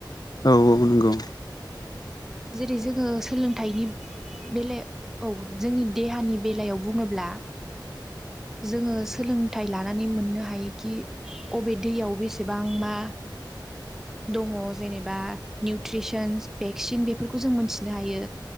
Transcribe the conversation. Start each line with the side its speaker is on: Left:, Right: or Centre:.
Left: औ औ नंगौ।
Centre: जेरै जोङो सोलोंथाइनि बेले औ। जोंनि देहानि बेलायाव बुङोब्ला जोङो सोलोंथाइ लानानै मोननो हायोखि अबे दैयाव बेसेबां मा? मा दं। जेनेबा निउट्रिसन भेक्सिन बेफोरखौ जों मोनथिनो हायो।